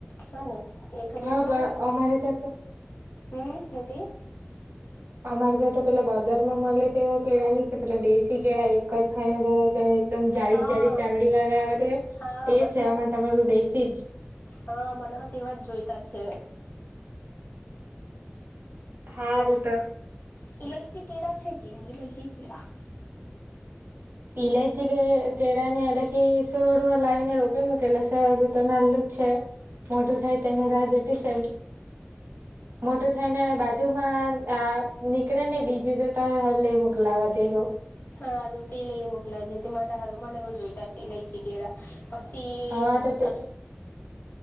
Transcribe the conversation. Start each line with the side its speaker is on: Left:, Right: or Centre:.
Left: હને એખાદ
Right: હા
Left: સમ
Right: પણ અમારે ત્યાં તો
Left: હમ હ કઈ
Right: અમારે જાતા પેલા બજાર માં મળે તેવા કેળા નની છે પેલા દેશી કેળા એક જ ખાઈને ધરાઈ જ એકદમ જાડી
Left: હા
Right: જ જાડી ચામડી વાગર આવે
Left: હા
Right: તે
Left: બસ
Right: છે
Left: મને
Right: એમાં તમા બું દેશી જ
Left: હા મને હ તો એવા જ જોઈતા છે
Right: હા રૂટ
Left: ઈલાયચી કેળા છે કે નહી લઈ જે કેળા
Right: ઇલાયચી કે કેળા ની આડાખી સોડવુ લાવીને રોપી મૂકેલા છે, હજુ તો નાલું જ છે. મોટુ થાય તેની રાહ જોતી છે. મોટું થઈ ને બાજુમાં આ નીકળે ને બીજું તો તય હ લે મોકલાવા તેહો
Left: હા રુતી લે મોકલાવ જે તે મારા હારું મને હો જોઈતા છે, ઈલાયચી, કેળા પછી
Right: હા તો
Left: સ
Right: તે